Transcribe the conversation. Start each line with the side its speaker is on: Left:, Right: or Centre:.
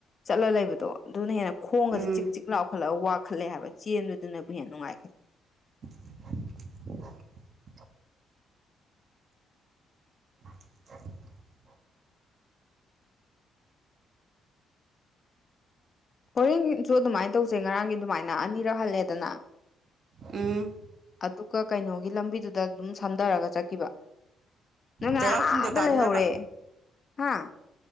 Left: ꯆꯠꯂ ꯂꯩꯕꯗꯣ ꯑꯗꯨꯅ ꯍꯦꯟꯅ ꯈꯣꯡꯒꯖꯦ
Right: ꯎꯝ
Left: ꯆꯤꯛ ꯆꯤꯛ ꯂꯥꯎꯈꯠꯂꯒ ꯋꯥ__ ꯈꯜꯂꯦ ꯍꯥꯏꯕ ꯆꯦꯟꯕꯗꯨꯅꯕꯨ ꯍꯦꯟꯅ ꯅꯨꯡꯉꯥꯏ ꯈꯜꯂꯤ
Right: <unintelligible> <unintelligible>
Left: ꯍꯣꯔꯦꯟꯒꯤꯁꯨ ꯑꯗꯨꯃꯥꯏꯅ ꯇꯧꯁꯦ ꯉꯔꯥꯡꯒꯤ ꯑꯗꯨꯃꯥꯏꯅ ꯑꯅꯤꯔꯛ ꯍꯜꯂꯦꯗꯅ
Right: ꯎꯝ
Left: ꯑꯗꯨꯒ ꯀꯩꯅꯣꯒꯤ ꯂꯝꯕꯤꯗꯨꯗ ꯑꯗꯨꯝ ꯁꯝꯊꯔꯒ ꯆꯠꯈꯤꯕ ꯅꯪ ꯉꯔꯥꯡ
Right: ꯆꯩꯔꯥꯎ ꯆꯤꯡꯗ
Left: ꯑꯗ
Right: ꯀꯥꯁꯤꯔꯕ
Left: ꯂꯩꯍꯧꯔꯦ ꯍꯥꯥ